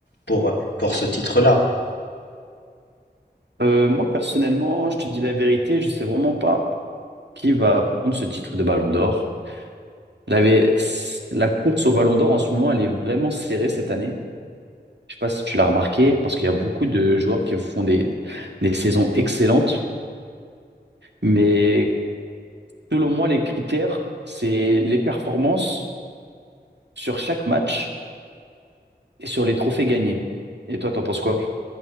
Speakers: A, on the left; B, on the right.
A: pour, pour ce titre-là?
B: Euh, moi, personnellement, je te dis la vérité, je sais vraiment pas qui va prendre ce titre de Ballon d'Or. La, vé- la course au Ballon d'Or en ce moment, elle est vraiment serrée cette année. Je sais pas si tu l'as remarqué, parce qu'il y a beaucoup de joueurs qui font des, des saisons excellentes. Mais selon moi, les critères, c'est les performances sur chaque match et sur les trophées gagnés. Et toi, t'en penses quoi?